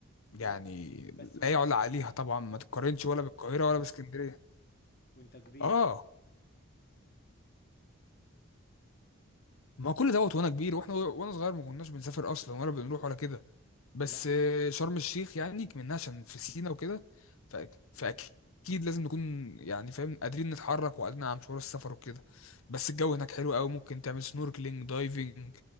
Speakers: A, on the left; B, on the left.
A: يعني
B: ترى بس وانت
A: لا يعلى
B: كبير
A: عليها طبعا ما تتقارنش ولا بالقاهره ولا باسكندريه
B: وانت كبير
A: اه ما هو كل دوت وانا كبير واحنا وانا صغير ما كناش بنسافر اصلا ولا بنروح ولا كده بس
B: لا
A: آه، شرم الشيخ يعني منها عشان في سينا وكده ف- فاكيد لازم نكون يعني فاهم قادرين نتحرك وقادرين على مشوار السفر وكده بس الجو هناك حلو قوي ممكن تعمل سنوركلينج دايفنج